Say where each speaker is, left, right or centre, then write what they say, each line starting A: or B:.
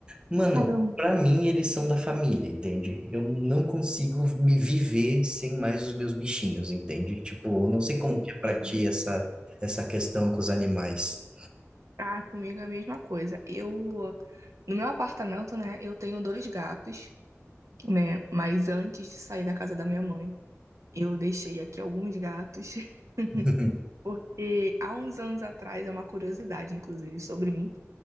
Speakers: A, on the right; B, on the right.
A: Mano,
B: Caramba,
A: pra mim eles são da família, entende? Eu não consigo me viver sem mais os meus bichinhos, entende? Tipo, eu não sei como
B: entendo.
A: que é pra ti essa, essa questão com os animais.
B: Ah, comigo é a mesma coisa. Eu, no meu apartamento, né, eu tenho dois gatos, né? Mas antes de sair da casa da minha mãe, eu deixei aqui alguns gatos. <laughs>
A: <laughs>
B: Porque há uns anos atrás, é uma curiosidade, inclusive, sobre mim.